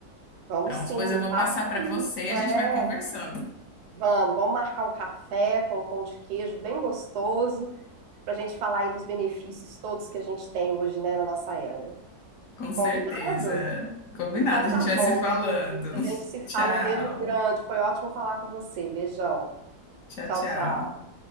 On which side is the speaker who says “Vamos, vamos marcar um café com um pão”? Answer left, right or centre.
Right